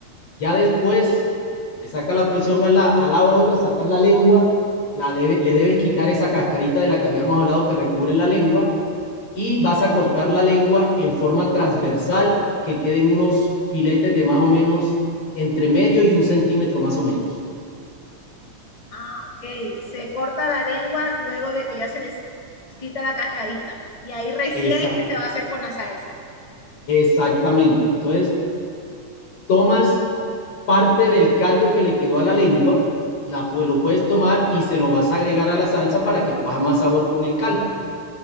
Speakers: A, on the left; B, on the left.
A: Ya después le saca la presión a la, a la olla, sacas la lengua, la debe, le debes quitar esa cascarita de la que habíamos hablado que recubre la lengua y vas a cortar la lengua en forma transversal que queden unos filetes de más o menos entre medio y un centímetro más o menos.
B: Ah, ok. Se corta la lengua luego de que ya se les quita la cascarita. Y ahí recién
A: Esa,
B: es que se va a hacer con la salsa.
A: exactamente. Entonces, tomas parte del caldo que le quedó a la lengua, la, pues, lo puedes tomar y se lo vas a agregar a la salsa para que coja más sabor con el caldo.